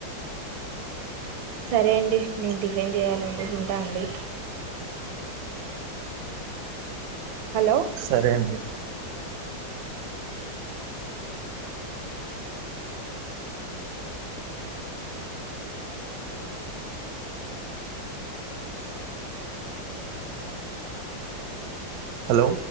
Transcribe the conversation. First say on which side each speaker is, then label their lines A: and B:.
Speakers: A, on the right; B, on the right.
A: సరే అండి నేను టిఫిన్ చేయాలండి ఉంటా అండి హలో
B: సరే అండి హలో